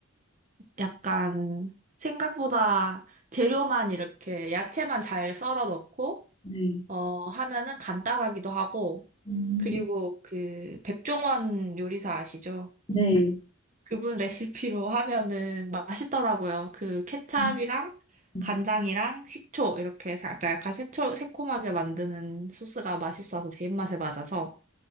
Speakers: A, on the right; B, on the left.
A: 약간 생각보다 재료만 이렇게 야채만 잘 썰어 넣고,
B: 네.
A: 어, 하면은 간단하기도 하고,
B: 음,
A: 그리고 그 백종원 요리사 아시죠?
B: 네.
A: 그분 레시피로 하면은 맛있더라고요. 그 케찹이랑
B: 음, 음.
A: 간장이랑 식초 이렇게 사- 약간 약간 새초, 새콤하게 만드는 소스가 맛있어서 제 입맛에 맞아서